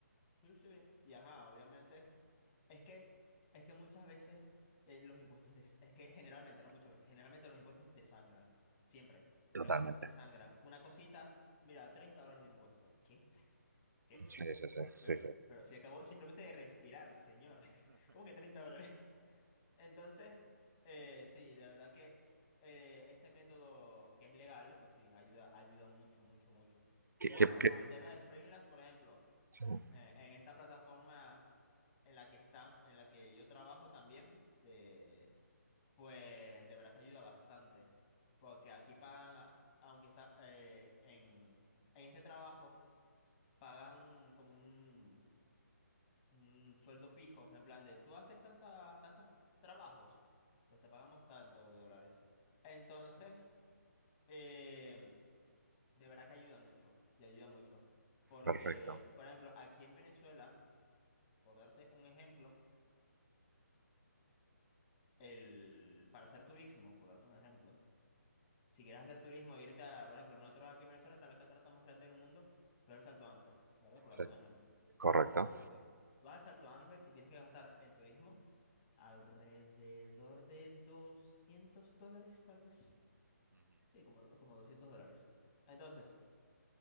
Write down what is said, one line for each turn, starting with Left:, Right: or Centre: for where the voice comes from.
Left: Sí, sí, y ajá, obviamente. Es que, es que muchas veces eh, los impuestos, des- es que generalmente, no muchas veces, generalmente los impuestos desangran, siempre.
Right: Totalmente.
Left: Los impuestos desangran. Una cosita, mira, 30 dólares de impuestos. ¿Qué? ¿Qué?
Right: Sí,
Left: <laughs>
Right: sí, sí.
Left: Pero,
Right: sí, sí.
Left: pero si acabó simplemente de respirar, señor. <laughs> ¿Cómo que 30 dólares? <laughs> Entonces, eh, sí, la verdad que eh, ese método que es legal, pues sí, ayuda, ayuda mucho, mucho, mucho.
Right: ¿Qué-
Left: Y bueno,
Right: qué- qué?
Left: con el tema de freelance, por ejemplo,
Right: Sí,
Left: eh, en esta plataforma en la que están, en la que yo trabajo también, de, pues de verdad que ayuda bastante, porque aquí pagan, a- aunque está eh, en, en este trabajo, pagan un- como un, un sueldo fijo, en plan de tú haces tantas, tantas trabajos, pues te pagamos tanto de dólares. Entonces, em, de verdad que ayuda mucho, y ayuda mucho, porque,
Right: perfecto.
Left: por ejemplo, aquí en Venezuela, por darte un ejemplo, el, para hacer turismo, por darte un ejemplo, si quieres hacer turismo, irte a, por ejemplo, nosotros aquí en Venezuela está la catarata más grande del mundo, pero el Salto Ángel, ¿verdad? Por darte
Right: Sí,
Left: un ejemplo.
Right: correcto.
Left: Ok. Vas al Salto Ángel y tienes que gastar en turismo alrededor de 200 dólares, tal vez. Sí, como, como 200 dólares. Entonces,